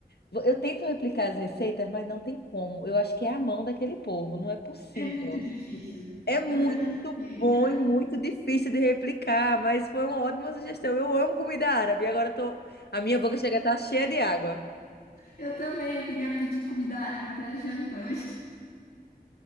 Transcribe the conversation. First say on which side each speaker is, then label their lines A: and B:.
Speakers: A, on the left; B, on the left.
A: Vo- Eu tento replicar as receitas, mas não tem como. Eu acho que é a mão daquele povo, não é possível.
B: é muito difícil.
A: É muito
B: Eu já tentei.
A: bom e muito difícil de replicar, mas foi uma ótima sugestão. Eu amo comida árabe, agora tô... a minha boca chega a estar cheia de água.
B: Eu também, eu queria pedir comida árabe para janta hoje.